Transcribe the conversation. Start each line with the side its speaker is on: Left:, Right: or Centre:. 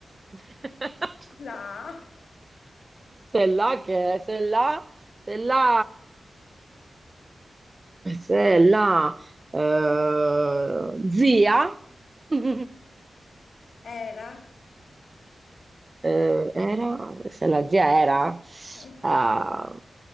Right: <laughs>
Left: la
Right: se là che se là se là se là eh, zia <laughs>
Left: era,
Right: eh, era, se la zia era,
Left: eh
Right: ah,
Left: sì,